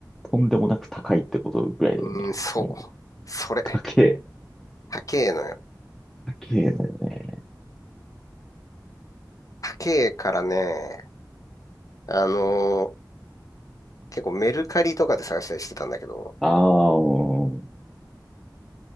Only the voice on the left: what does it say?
うーん、そう。
それ。
高えのよ。
高えからね、あのー結構メルカリとかで探したりしてたんだけど、